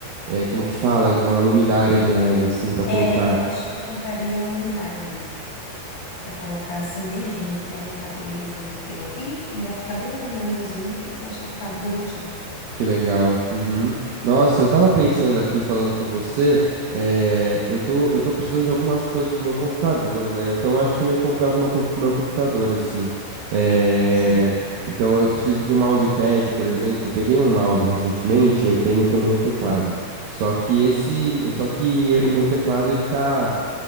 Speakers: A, on the right (about 80°); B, on the left (about 60°).
A: é, como que fala, alguma luminária de LED assim pra colocar?
B: É, eu acho que eu compraria uma luminária mesmo, para colocar assim bem rente, é uma prateleirazinha que eu tenho aqui, e ia ficar bem iluminando meus livros, eu acho que ia ficar bonitinho.
A: Que legal. Uhum. Nossa, eu tava pensando aqui, falando com você, eh, eu tô, eu tô precisando de algumas coisas pro meu computador, né? Então acho que eu ia comprar alguma coisa pro meu computador, assim. Eh,
B: Sim.
A: Então eu preciso de um mousepad, por exemplo. Eu peguei um mouse recentemente, eu tenho também um teclado.
B: Uhum.
A: Só que esse, só que o meu teclado, ele tá.